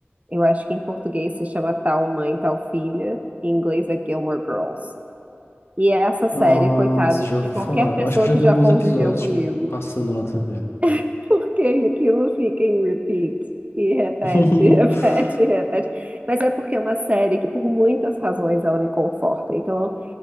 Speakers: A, on the right; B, on the left.
A: Eu acho que em português se chama Tal Mãe, Tal Filha, em inglês é Gilmore Girls. E é essa série,
B: Nossa,
A: coitada
B: já
A: de
B: ouvi
A: qualquer
B: falar.
A: pessoa
B: Eu acho que eu
A: que
B: já vi
A: já
B: alguns
A: conviveu
B: episódios,
A: comigo,
B: tipo, passando na TV.
A: <laughs> porque aquilo fica em repeat. E repete,
B: <laughs>
A: <laughs> repete, repete. Mas é porque é uma série que, por muitas razões, ela me conforta. Então,